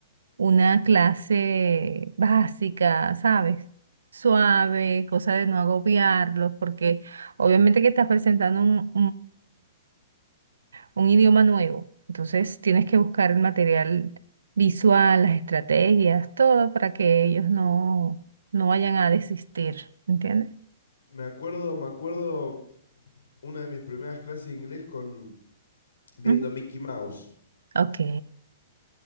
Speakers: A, on the right; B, on the left.
A: una clase básica, ¿sabes? Suave, cosa de no agobiarlos, porque obviamente que estás presentando un idioma nuevo. Entonces tienes que buscar el material visual, las estrategias, todo para que ellos no, no vayan a desistir, ¿entiendes?
B: Me acuerdo, me acuerdo una de mis primeras clases de inglés con viendo
A: Ujú.
B: Mickey Mouse.
A: Ok.